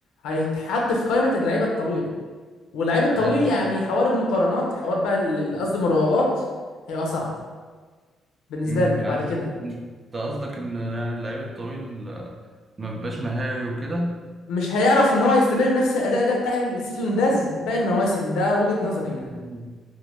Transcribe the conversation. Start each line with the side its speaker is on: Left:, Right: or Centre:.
Left: هيتحط في قائمه اللعيبه الطويله واللعيب الطويل
Right: يعني انت
Left: يعني حوار المقارنات حوار بقى ال- ال- قصدي المراوغات هيبقى صعب بالنسبه
Right: امم
Left: له
Right: يعني
Left: بعد كده
Right: انت قصدك ان يعني اللعيب الطويل آه، ما بيبقاش مهاري وكده
Left: مش هيعرف ان هو يستمر بنفس الاداء ده بتاع السيزون ده ز- باقي المواسم ده وجهه نظري يعني
Right: مم.